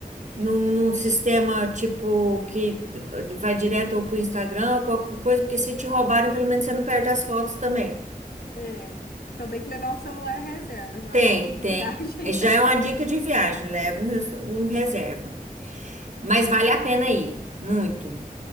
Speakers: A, on the right; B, on the left.
A: num, num sistema tipo que vai direto para o Instagram ou qualquer coisa, porque se te roubarem, pelo menos você não perde as fotos também.
B: é. Então tem que levar um celular reserva, já
A: Tem,
B: é uma dica de
A: tem.
B: viagem.
A: Já
B: <laughs>
A: é uma dica de viagem, leva um, res- um reserva. Mas vale a pena ir, muito.